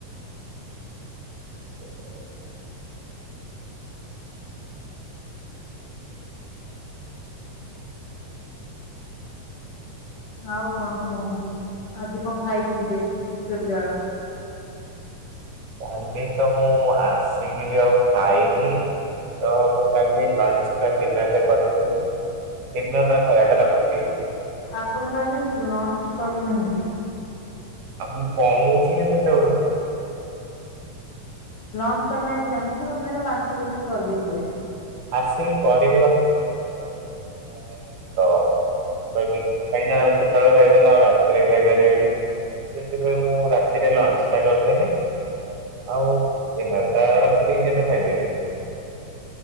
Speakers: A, on the right; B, on the left.
A: <inaudible>
B: ଆଉ କଣ କୁହନ୍ତୁ ଆଜି କଣ ଖାଇକି ଯିବେ ବିଶ୍ଵ ବିଦ୍ୟାଳୟ।
A: କାଲି ତ ମୁଁ ଆସିକିିରି ଆଉ ଖାଇନି। ତ ମୁଁ କରିଲି ଲଞ୍ଚ ଟା ଡିନରରେ କରିଦେଲି। ଡିନର ଟା ଯାଉ ଏଇଟା ରଖିଦେଇଥିବେ।
B: ଆପଣ କାଲି ଲଞ୍ଚ କରିନାହାନ୍ତି।
A: ଆଉ ମୁଁ କଁ କହୁଛି କି ସେତେବେଳୁ।
B: ଲଞ୍ଚ କରିନାହାନ୍ତି ଜଣିଥିଲି ମତେ ଲାଗିଲା ପାଞ୍ଚଟାରେ ଆସିକି କରି ଦେଇଥିବେ।
A: ଆସିବି କରିବି ଭାବୁଥିଲି କିନ୍ତୁ ଆଉ ଇଛା ହେଲାନି ତ। ବୋଇଲେ କାହିଁକିନା ସତବେଳେ ଖାଇଦେଲେ ଆଉ ରାତିରେ ଖାଇପାରିବିନି। ସେଥିପାଇଁ ମୁଁ ରାତିରେ ଲଞ୍ଚ ଟା କରିଦେଲି। ଆଉ ଡିନର ଟା ରଖି ଦେଇଛି ଏବେ ଖାଇଦେବି।